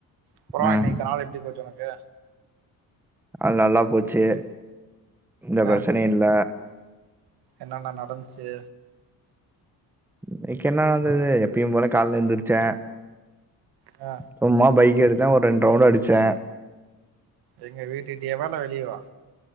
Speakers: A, on the right (about 80°); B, in the centre.
A: அப்றோ
B: ம்
A: இன்னைக்கு இத்த நாள் எப்டி போச்சு உனக்கு
B: அது நல்லா போச்சு எந்த
A: ஆ
B: பிரச்சனையு இல்ல
A: என்னென்ன நடந்ச்சு
B: இனைக்கு என்னா நடந்தது எப்பயு போல கால்ல எந்திருச்சே
A: ஆ
B: சும்மா பைக் எடுத்தே ஒரு ரெண்ட் ரவுண்டு அடிச்சே
A: எங்கே வீட்டுக்கிட்டேவா இல்ல வெளியவா